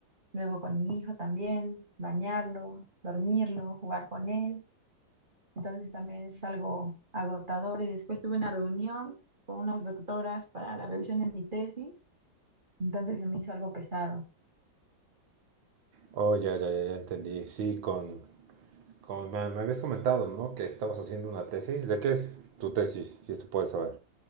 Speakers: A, on the right; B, on the right.
A: luego con mi hijo también, bañarlo, dormirlo, jugar con él. Entonces también es algo agotador. Y después tuve una reunión con unas doctoras para la revisión de mi tesis. Entonces se me hizo algo pesado.
B: Oh, ya, ya, ya, ya entendí. Sí, con, Como me, me habías comentado, ¿no? Que estabas haciendo una tesis. ¿De qué es tu tesis? Si se puede saber.